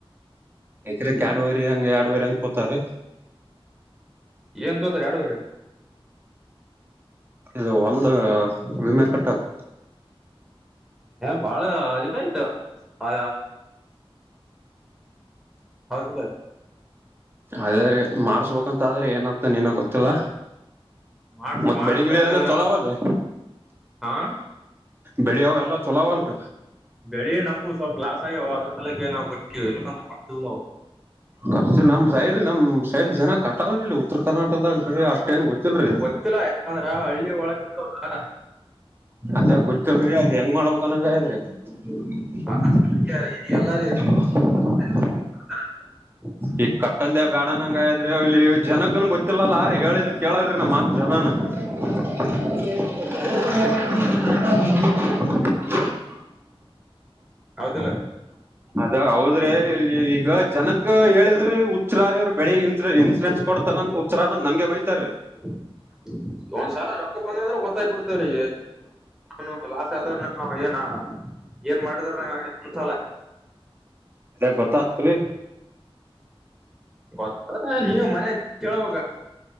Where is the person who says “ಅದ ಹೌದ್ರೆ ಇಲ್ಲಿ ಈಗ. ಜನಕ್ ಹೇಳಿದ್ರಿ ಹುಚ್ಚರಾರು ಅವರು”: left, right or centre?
Right